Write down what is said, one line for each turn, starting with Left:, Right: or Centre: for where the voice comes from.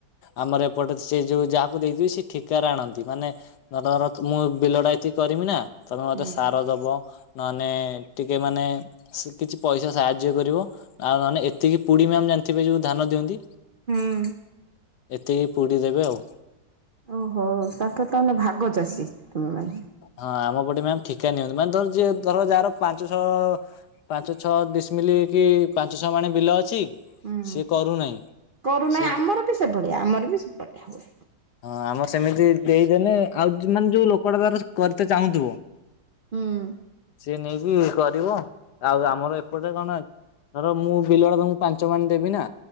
Left: ଆମର ଏପଟେ ସେ ଯୋଉ ଯାହାକୁ ଦେଇଥିବେ ସେ ଠିକାରେ ଆଣନ୍ତି। ମାନେ ଧର ମୁଁ ବିଲ ଟା ଏତିକି କରିମି ନା ତମେ ମତେ
Right: ହୁଁ
Left: ସାର ଦବ ନହେଲେ ଟିକେ ମାନେ କିଛି ପଇସା ସାହାଯ୍ୟ କରିବ। ଆଉ ନହେଲେ ଏତିକି ପୁଡି ମ୍ୟାମ ଜାଣିଥିବେ ଯୋଉ ଧାନ ଦିଅନ୍ତି?
Right: ହୁଁ
Left: ଏତିକି ପୁଡି ଦେବେ ଆଉ।
Right: ଓହୋ ତାଙ୍କର ତାହେଲେ ଭାଗ ଚାଷୀ। ତୁମେମାନେ
Left: ହଁ ଆମ ପଟେ ମ୍ୟାମ୍ ଠିକା ନିଅନ୍ତି ମାନେ ଧର ଯିଏ ଧର ଯାହାର ପାଞ୍ଚ, ଛଅ ପାଞ୍ଚ ଛଅ ଡିଶମିଲ କି ପାଞ୍ଚ ଛଅ ମାଣେ ବିଲ ଅଛି
Right: ହୁଁ
Left: ସିଏ କରୁନାହିଁ।
Right: କରୁନାହିଁ
Left: ସିଏ ହଁ
Right: ଆମର ବି ସେଭଳିଆ ଆମର ବି ସେଭଳିଆ ହୁଏ।
Left: ହଁ ଆମର ସେମିତି ଦେଇଦେଲେ ଆଉ ମାନେ ଯୋଉ ଲୋକଟା ତାର କରିତେ ଚାହୁଁଥିବ।
Right: ହୁଁ
Left: ସିଏ ନେଇକି। କରିବ ଆଉ ଆମର ଏପଟେ କଣ ଧର ମୁଁ ବିଲଡା ତମକୁ ପାଞ୍ଚ ମାଣ ଦେବି ନା